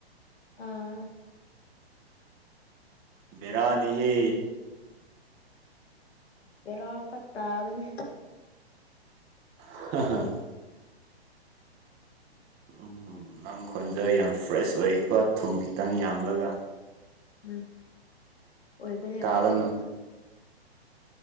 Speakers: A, on the left; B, on the right.
A: ꯑꯥ
B: ꯕꯦꯔꯥꯅꯤꯍꯦ
A: ꯕꯦꯔꯥ ꯈꯔ ꯇꯥꯕꯅꯤ
B: <unintelligible> ꯎꯝ ꯅꯪ ꯈꯣꯟꯖꯦ ꯌꯥꯝ ꯐ꯭ꯔꯦꯁ ꯑꯣꯏꯀꯣ ꯊꯨꯝ ꯈꯤꯇꯪ ꯌꯥꯝꯂꯒ
A: ꯎꯝ ꯑꯣꯏꯕꯅꯦ
B: ꯇꯥꯕ
A: ꯑꯣꯏꯕꯅꯦ ꯑꯗꯨꯝ